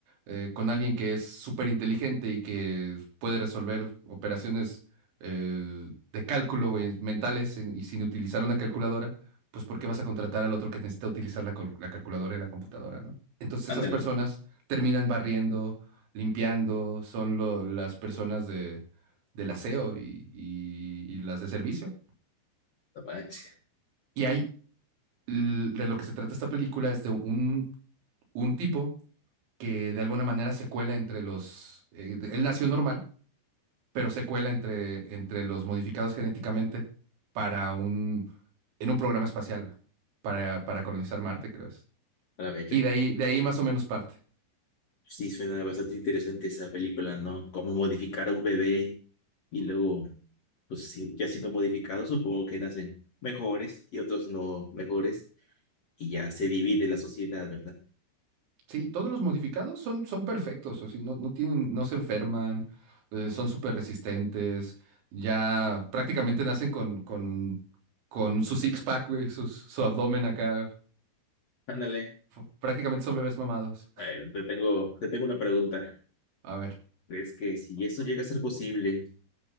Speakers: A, on the right (about 70°); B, on the left (about 55°).
A: eh, con alguien que es súper inteligente y que puede resolver operaciones eh, de cálculo güey, mentales en- y sin utilizar una calculadora, pues ¿por qué vas a contratar al otro que necesita utilizar la, col- la calculadora y la computadora, ¿no? Entonces esas
B: Ándale,
A: personas terminan barriendo, limpiando, son lo- las personas de, del aseo y y- y las de servicio.
B: a la becha,
A: Y hay l- de lo que se trata esta película es de un un tipo que de alguna manera se cuela entre los... eh, de- él nació normal, pero se cuela entre, entre los modificados genéticamente para un... en un programa espacial para, para colonizar Marte, creo es.
B: a la becha.
A: Y de ahí, de ahí más o menos parte.
B: Sí, suena bastante interesante esa película, ¿no? Cómo modificar a un bebé y luego, pues sí, ya siendo modificado, supongo que nacen mejores y otros no mejores y ya se divide la sociedad, ¿verdad?
A: Sí, todos los modificados son, son perfectos, o sea, no, no tienen, no se enferman, eh, son súper resistentes, ya prácticamente nacen con, con, con su six-pack, güey, sus- su abdomen acá,
B: Ándale.
A: f- prácticamente son bebés mamados.
B: A ver, te tengo, te tengo una pregunta.
A: <laughs> A ver.
B: Es que si eso llega a ser posible,